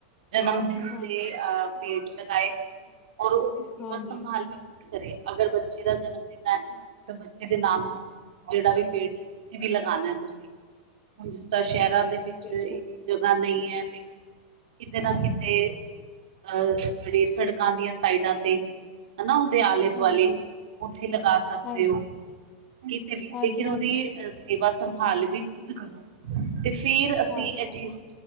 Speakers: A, on the right (about 70°); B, on the left (about 20°).
A: ਜਨਮ ਦਿਨ
B: ਹਾਂਜੀ
A: ਤੇ ਅਹ ਪੇੜ ਲਗਾਏ ਔਰ ਉਹਦੀ ਸੇਵਾ
B: ਹਾਂਜੀ
A: ਸੰਭਾਲ ਵੀ ਖੁਦ ਕਰੇ ਅਗਰ ਬੱਚੇ ਦਾ ਜਨਮ ਦਿਨ ਹੈ ਤਾਂ ਬੱਚੇ ਦੇ ਨਾਮ ਤੋਂ ਜਿਹੜਾ ਵੀ ਪੇਡ ਜਿੱਥੇ ਵੀ ਲਗਾਉਣਾ ਤੁਸੀਂ ਹੁਣ ਜਿਸ ਤਰ੍ਹਾਂ ਸ਼ਹਿਰਾਂ ਦੇ ਵਿੱਚ ਇੰਨੀ
B: ਹੁ
A: ਜਗ੍ਹਾ ਨਹੀਂ ਹੈ ਲੇਕਿਨ ਕਿਤੇ ਨਾ ਕਿਤੇ ਅਹ ਜਿਹੜੇ ਸੜਕਾਂ ਦੀਆਂ ਸਾਈਡਾਂ ਤੇ ਹਨਾ ਉਹਦੇ ਆਲੇ ਦੁਆਲੇ
B: ਹਾਂਜੀ
A: ਉੱਥੇ ਲਗਾ ਸਕਦੇ
B: ਹਾਂਜੀ
A: ਹੋ ਕਿਤੇ ਵੀ
B: ਹਾਂਜੀ
A: ਲੇਕਿਨ
B: ਹਾਂਜੀ
A: ਉਹਦੀ ਸੇਵਾ ਸੰਭਾਲ ਵੀ ਖੁਦ ਕਰੋ ਤੇ ਫੇਰ ਅਸੀਂ
B: ਹਾਂਜੀ
A: ਇਹ ਚੀਜ਼